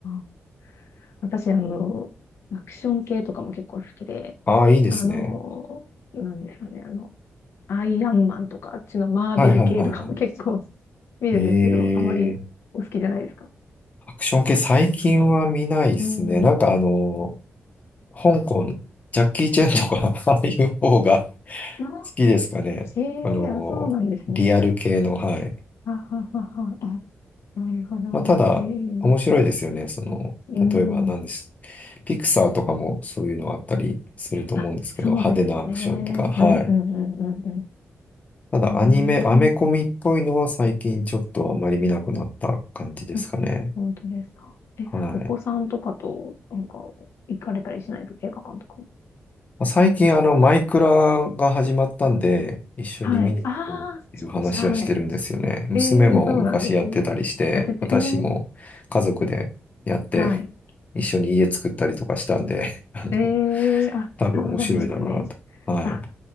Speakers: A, on the left; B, on the left.
A: あ。私、あの、アクション系とかも結構好きで、
B: ああ、いいですね。
A: あの、なんですかね、あの、アイアンマンとか、あっちのマーベル系とかも結構
B: はいはいはいは
A: <laughs> 見るんですけど、
B: い。えー、
A: あまりお好きじゃないですか。
B: アクション系最近は見ないですね。
A: うん。
B: なんかあの、香港、ジャッキー・チェンとか、<laughs> ああいう方が好
A: あ
B: きですかね。
A: ええあ、
B: あの、
A: そうなんですね。
B: リアル系の、はい。
A: あははは、あ、なるほど。
B: まあ、ただ、
A: ええ
B: 面白いですよね。その、
A: うん。
B: 例えば何です。ピクサーとかもそういうのあったりすると思うんですけど、
A: あ、そうですね。
B: 派手なアクションとか、はい。
A: うんうんうんうん
B: ただアニメ、
A: うん。
B: アメコミっぽいのは最近ちょっとあまり見なくなった感じですかね。
A: うん。あ、本当ですか。え、
B: はい。
A: お子さんとかと、なんか、行かれたりしないですか映画館とか。
B: まあ最近あの、マイクラが始まったんで、一緒に見に行こうっていう話はしてるんですよね。
A: はい。ああ、はい。
B: 娘も昔やってたりして、
A: ええそうなんですね。やってて、
B: 私も家族でやって、
A: ええはい。
B: 一緒に家作ったりとかしたんで、<laughs> あの、
A: ええあ、
B: 多分面白いだろうなと。
A: そうなんですね。
B: はい。
A: あ、